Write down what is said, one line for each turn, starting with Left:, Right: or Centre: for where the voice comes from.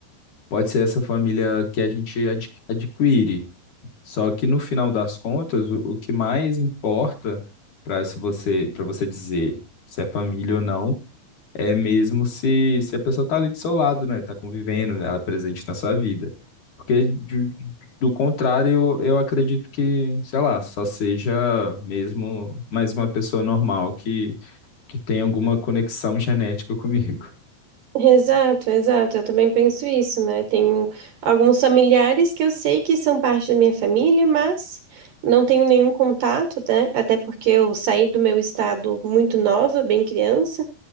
Left: pode ser essa família que a gente adqu- adquire. Só que no final das contas, o, o que mais importa para se você, para você dizer se é família ou não, é mesmo se, se a pessoa está ali do seu lado, né? Está convivendo, ela é presente na sua vida. Porque de- do contrário, eu, eu acredito que, sei lá, só seja mesmo mais uma pessoa normal que, que tem alguma conexão genética comigo.
Right: Exato, exato. Eu também penso isso, né? Tenho alguns familiares que eu sei que são parte da minha família, mas não tenho nenhum contato, né? Até porque eu saí do meu estado muito nova, bem criança.